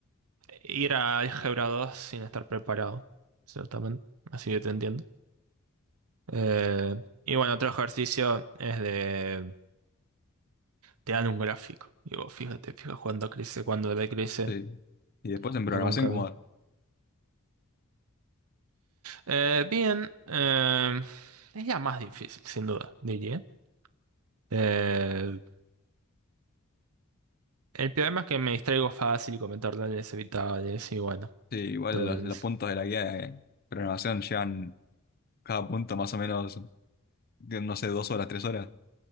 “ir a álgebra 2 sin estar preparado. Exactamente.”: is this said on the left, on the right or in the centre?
Right